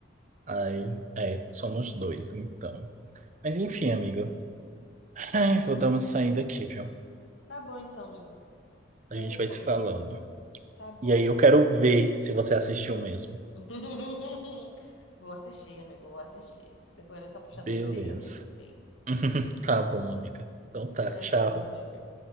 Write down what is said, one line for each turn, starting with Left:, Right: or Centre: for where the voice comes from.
Right: Ai, é, somos dois, então. Mas enfim, amiga. Ai, vou dar uma saída aqui, viu?
Left: Tá bom então, amigo. Até
Right: A gente
Left: depois.
Right: vai se falando.
Left: Tá bom.
Right: E aí eu quero ver se você assistiu mesmo.
Left: <laughs> Vou assistir, amigo, vou assistir. Depois dessa puxada
Right: Beleza.
Left: de orelha, assisto sim.
Right: <laughs> Tá bom, amiga. Então tá,
Left: Tchau,
Right: tchau.
Left: tchau, amigo.